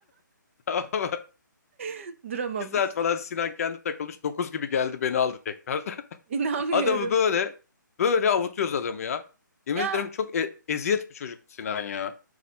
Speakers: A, on the left; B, on the right.
A: <laughs> Tamam mı?
B: <laughs> Duramamış.
A: İki saat falan Sinan kendi takılmış. dokuz gibi geldi beni aldı tekrar.
B: İnanmıyorum.
A: <laughs> Adamı böyle böyle avutuyoruz adamı ya. Yemin
B: Ya
A: ederim çok e- eziyet bir çocuktu Sinan ya.